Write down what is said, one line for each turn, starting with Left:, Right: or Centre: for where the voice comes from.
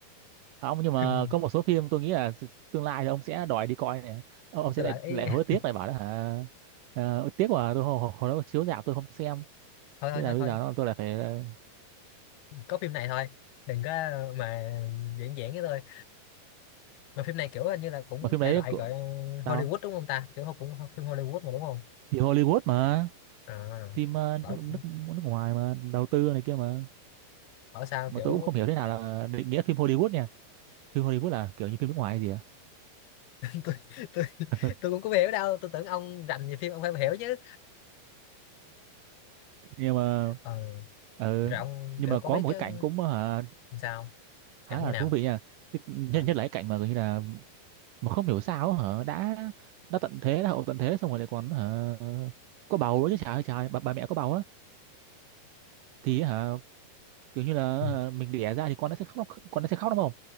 Right: À, ông nhưng mà
Left: phim
Right: có một số phim tôi nghĩ là tương lai thì ông sẽ đòi đi coi này ông, ông sẽ
Left: tôi
Right: lại
Left: lại ý
Right: lại
Left: <laughs>
Right: hối tiếc lại bảo đó hả ờ, tiếc mà tôi hồi, hồi hồi đó chiếu rạp tôi không xem
Left: thôi thôi
Right: thế là
Left: thôi
Right: bây
Left: thôi
Right: giờ nó, tôi lại phải ờ,
Left: có phim này thôi đừng có mà diễn diễn với tôi mà phim này kiểu như là cũng
Right: mà phim
Left: thể
Right: đấy
Left: loại
Right: cũng
Left: gọi
Right: sao
Left: Hollywood đúng không ta kiểu cũng phim Hollywood mà đúng không
Right: thì Hollywood mà
Left: à,
Right: phim ờ,
Left: bảo
Right: nước nước nước ngoài mà đầu tư này kia mà
Left: bảo sao
Right: mà
Left: kiểu
Right: tôi cũng không hiểu thế nào là định nghĩa phim Hollywood nha phim Hollywood là kiểu như phim nước ngoài hay gì à
Left: tôi, tôi,
Right: <laughs>
Left: tôi cũng không hiểu đâu tôi tưởng ông rành về phim ông phải hiểu chứ
Right: nhưng mà
Left: ờ,
Right: ờ,
Left: rồi ông
Right: nhưng
Left: kiểu
Right: mà
Left: có
Right: có
Left: biết
Right: một
Left: cái
Right: cái cảnh cũng hả,
Left: sao
Right: khá
Left: cảnh
Right: là
Left: như nào
Right: thú vị nha Cái- nhất
Left: ờ.
Right: nhất là cái cảnh mà gần như là mà không hiểu sao hả đã đã tận thế đã hậu tận thế xong rồi lại còn hả có bầu nữa chứ trời ơi trời bà, bà mẹ có bầu á thì hả kiểu như là
Left: ừ.
Right: hả, mình đẻ ra thì con nó sẽ khóc con nó sẽ khóc đúng không